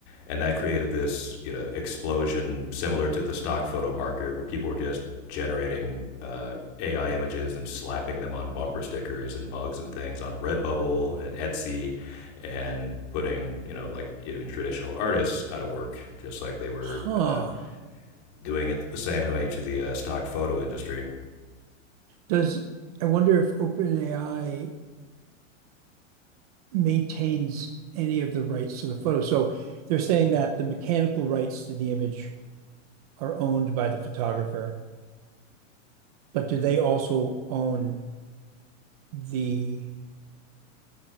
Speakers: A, on the left (about 35°); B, on the right (about 30°).
A: and that created this you know explosion similar to the stock photo market where people were just generating uh, AI images and slapping them on bumper stickers and mugs and things on Redbubble and Etsy, and putting you know like even traditional artists out of work, just like they were
B: Huh.
A: uh, doing it the same way to the uh, stock photo industry.
B: Does I wonder if OpenAI maintains any of the rights to the photo? So they're saying that the mechanical rights to the image are owned by the photographer, but do they also own the,